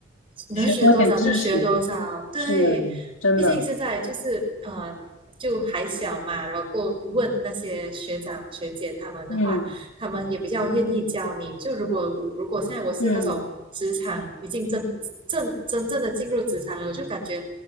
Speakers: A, on the right; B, on the left.
A: 能学多少就学多少，
B: 学多点知识
A: 对，
B: 是真的，
A: 毕竟现在就是呃。就还小嘛，然后过问那些学长学姐他们的话，
B: 嗯
A: 他们也比较愿意教你。就如果如果现在我是那种职场已经真正真正的进入职场了，
B: 嗯。
A: 我就感觉